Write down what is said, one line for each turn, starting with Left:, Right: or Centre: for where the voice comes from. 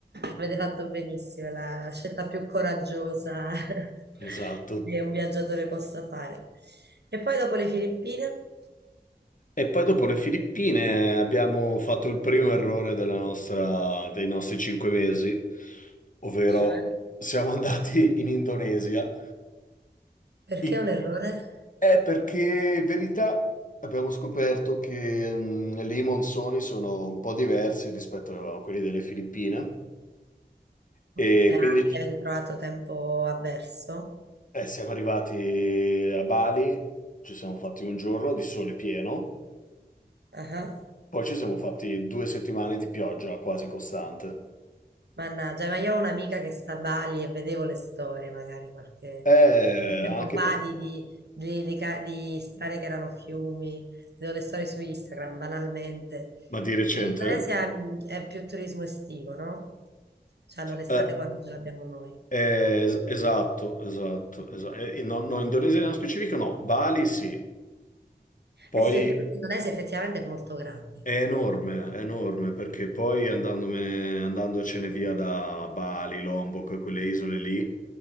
Right: Avete fatto benissimo, la la scelta più coraggiosa <laughs>
Left: Esatto.
Right: che un viaggiatore possa fare. E poi dopo le Filippine?
Left: E poi dopo le Filippine abbiamo fatto il primo errore della nostra- dei nostri cinque mesi, ovvero
Right: Cioè?
Left: siamo andati <laughs> in Indonesia.
Right: Perché
Left: In-
Right: è un errore?
Left: È perché, in verità, abbiamo scoperto che mm, lì i monsoni sono un po' diversi rispetto a quelli delle Filippine
Right: Ok,
Left: e
Right: ah,
Left: quindi
Right: perché avete trovato tempo avverso?
Left: eh, siamo arrivati a Bali, ci siamo fatti un giorno di sole pieno,
Right: Ah.
Left: poi ci siamo fatti due settimane di pioggia quasi costante.
Right: Mannaggia, ma io ho un'amica che sta a Bali e vedevo le storie magari qualche
Left: Eh,
Right: tempo
Left: anche...
Right: fa
Left: pa-
Right: di, di, di- di ca- di strade che erano fiumi, vedevo le storie su Instagram banalmente.
Left: Ma di recente?
Right: Ma L'Indonesia mm, è più turismo estivo, no? Cioè hanno l'estate
Left: Eh,
Right: quando ce l'abbiamo noi.
Left: eh, es- esatto, esatto, esatto. Eh, eh, no, no, Indonesia nello specifico no, Bali sì, poi
Right: Eh sì, perché poi l'Indonesia effettivamente è molto grande,
Left: è
Right: quindi...
Left: enorme, è enorme, perché poi andandomene, andandocene via da Bali, Lombok, e quelle isole lì,